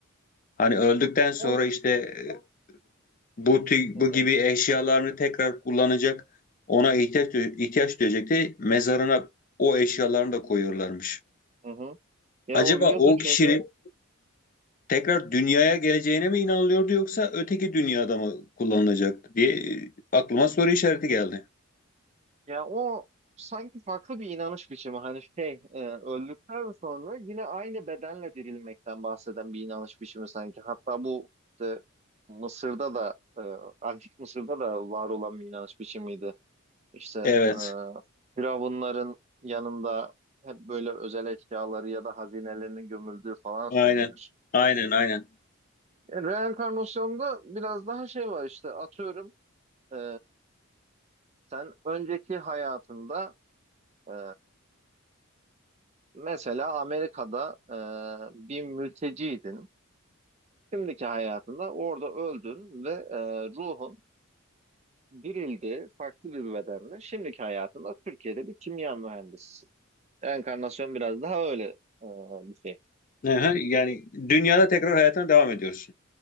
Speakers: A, on the left; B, on the right.
A: Hani öldükten sonra
B: O,
A: işte e, bu tü-
B: hı
A: bu
B: hı,
A: gibi eşyalarını tekrar kullanacak ona ihtiyaç duy- ihtiyaç duyacak diye mezarına o eşyalarını da koyuyorlarmış.
B: hı hı. Ya
A: Acaba
B: o biliyorsun
A: o
B: şeyde
A: kişinin tekrar dünyaya geleceğine mi inanılıyordu yoksa öteki dünyada mı kullanılacaktı diye e, aklıma soru işareti geldi.
B: Ya o sanki farklı bir inanış biçimi. Hani şey e, öldükten sonra yine aynı bedenle dirilmekten bahseden bir inanış biçimi sanki. Hatta bu işte Mısır'da da e, Antik Mısır'da da var olan bir inanış biçimiydi. İşte e,
A: Evet.
B: firavunların yanında hep böyle özel eşyaları ya da hazinelerinin gömüldüğü falan
A: Aynen.
B: söylenir.
A: Aynen, aynen.
B: Yani reenkarnasyonda biraz daha şey var işte atıyorum e, sen önceki hayatında e, Mesela Amerika'da e, bir mülteciydin. Şimdiki hayatında orada öldün ve e, ruhun dirildi farklı bir bedenle. Şimdiki hayatında Türkiye'de bir kimya mühendisisin. Enkarnasyon biraz daha öyle e, bir şey.
A: Aha, yani dünyada tekrar hayatına devam ediyorsun.